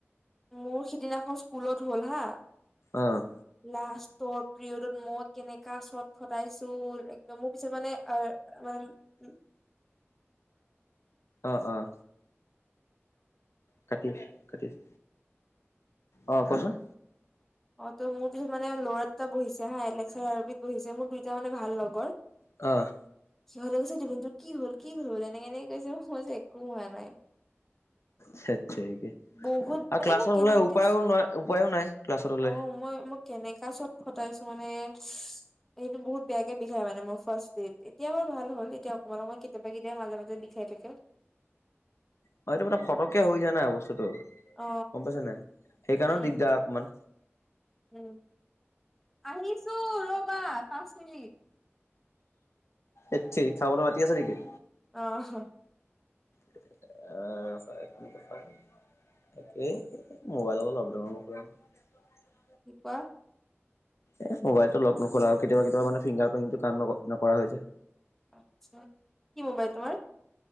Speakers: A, in the centre; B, on the left.
A: মোৰ সিদিনাখন স্কুলত হ'ল হা।
B: অ'
A: লাষ্টৰ পিৰিয়ডত মই কেনেকা চ ফটাইছো একদম মোৰ পিছত মানে অ' মানে।
B: অঁ অঁ কাটি দে কাটি দে অ কচোন
A: অ ত' মোৰ পিছত মানে ল'ৰাটা বহিছে হা এলেক্সা আৰবিত বহিছে মোৰ দুইটা মানে ভাল লগৰ <unintelligible>
B: অ',
A: সিহঁতে কৈছে দুপিন তোৰ কি হল কি হ'ল এনেক কেনেক কৈছে মই যে <unintelligible> কোৱা নাই
B: ঠেতৰিগি
A: বহুত
B: আৰু
A: মানে
B: ক্লাছত
A: মই কেনেকে
B: হলে উপায়ো ন উপায়ো নাই ক্লাছত হ'লে।
A: অ মই মই কেনেকা চত ফটাইছো মানে সেইটো বহুত বেয়াকে বিষাই মানে মোৰ ফাষ্ট পিৰিয়ড এতিয়া ভাল হল এতিয়া অকণমান অকণমান কেতিয়াবা কেতিয়াবা মাজে মাজে বি <unintelligible> বিষায় থাকে
B: হয় এইটো মানে ফটকে হৈ যায় নাই বস্তুতটো <unintelligible>
A: অ
B: গম পাইছে নাই সেইকাৰণেও
A: উম
B: দিগদাৰ অকমান
A: উম আহিছো ৰবা পাঁচ মিনিট
B: এত তেৰি খাবলৈ মাতি আছে নেকি
A: অ হ
B: আ <unintelligible> একেই মোবাইলৰ লকডাউনৰ
A: কি কোৱা
B: এ মোবাইলটো লক নোখোলা আৰু কেতিয়াবা কেতিয়াবা মানে ফিংগাৰ প্ৰিণ্টটো কাম নকৰা হৈ যে
A: অটচ্চা কি মোবাইল তোমাৰ